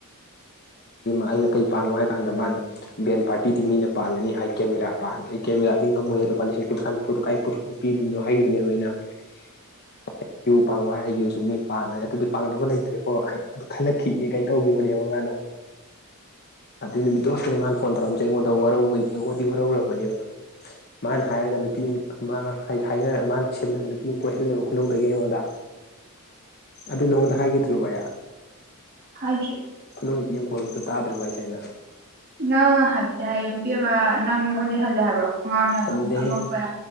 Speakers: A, on the left; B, on the right.
A: ꯑ ꯑꯩꯅ ꯀꯩ ꯄꯥꯡꯉꯣ ꯍꯥꯏꯀꯥꯟꯗ ꯃꯥꯅ ꯕꯦꯟ ꯄꯥꯔꯇꯤꯗꯤ ꯃꯤꯅ ꯄꯥꯡꯉꯅꯤ ꯍꯥꯏ ꯀꯦꯃꯦꯔꯥ ꯄꯥꯡ ꯃꯣꯏꯜ ꯄ ꯀ ꯁꯥꯟ ꯀꯥꯏ ꯄꯨꯊ ꯄꯤꯗꯣꯏꯅꯣ ꯍꯥꯏꯈꯤꯕꯅꯦꯕ ꯑꯩꯅꯨ ꯄ ꯑꯩꯒꯤꯁꯨ ꯃꯤ ꯄꯥꯡꯉꯅꯤ ꯑꯗꯨꯗꯤ ꯄꯥꯡꯅꯕ ꯂꯩꯇ꯭ꯔꯦꯀꯣ ꯑꯩ ꯑꯗꯨ ꯈꯜꯂꯛꯈꯤꯑꯦ ꯀꯩ ꯇꯧꯈꯤꯕꯅꯦꯕ ꯃꯥꯅ ꯑꯗꯨ ꯅꯨꯃꯤꯠꯇꯨ ꯈꯛꯇꯅꯤ ꯃꯥꯅ ꯐꯣꯟ ꯇꯧꯔꯛꯝꯃꯤꯁꯦ ꯑꯩꯉꯣꯟꯗ ꯋꯥꯔꯧꯕ ꯑꯩꯗꯤ ꯋꯥꯔꯧꯔꯄꯅꯦꯕ ꯃꯥꯅ ꯍꯥꯏꯔꯒ ꯅꯨꯄꯤꯗꯤ ꯍꯥꯏꯅꯔ ꯃꯥꯅ ꯁꯤꯜꯂꯒ ꯅꯨꯄꯤ ꯄꯨ ꯀꯣꯏꯍꯜꯂꯦꯕ ꯈꯨꯅꯧꯗꯒꯤ ꯑꯩꯉꯣꯟꯗ ꯑꯗꯨ ꯅꯉꯣꯟꯗ ꯍꯥꯏꯈꯤꯗ꯭ꯔꯤꯕ ꯚꯌꯥ
B: ꯍꯥꯏꯖꯤ
A: ꯅꯨꯄꯤ ꯑꯃ ꯀꯣꯏꯕꯗꯣ ꯇꯥꯗ꯭ꯔꯤꯕ ꯑꯩꯁꯦ ꯑꯩꯅ
B: ꯅꯪ ꯍꯥꯏꯐꯗꯤ ꯍꯥꯏꯌꯦ ꯅꯨꯄꯤ ꯑꯃ ꯅꯪꯉꯣꯟꯗ ꯈꯜꯂꯦ ꯍꯥꯏꯕ꯭ꯔꯣ ꯍ
A: ꯍꯟꯗꯦꯍꯦ
B: ꯑꯃꯃ